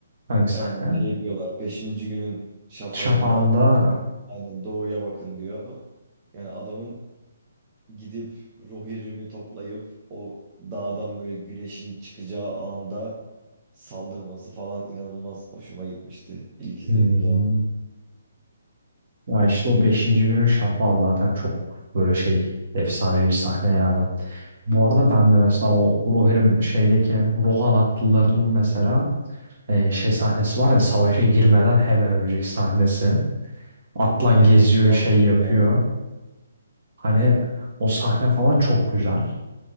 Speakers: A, on the right; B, on the right.
A: Hangi
B: Yani
A: sahne?
B: şey diyorlar. Beşinci günün şafağında
A: Şafağında
B: aynen doğuya bakın diyor. Yani adamın gidip ruh irimi toplayıp o dağdan böyle güneşin çıkacağı anda saldırması falan inanılmaz hoşuma gitmişti ilk izlediğim
A: hmm,
B: zaman.
A: ya işte o beşinci günün şafağı zaten çok böyle şey efsanevi bir sahne yani. Bu arada ben de mesela o Rohirrim şeydeki Rohan atlılarının mesela e, şey sahnesi var ya savaşa girmeden hemen önceki sahnesi. Atlan
B: Aynen.
A: geziyor
B: Kalmamıştı.
A: şey yapıyor. Hani o sahne falan çok güzel.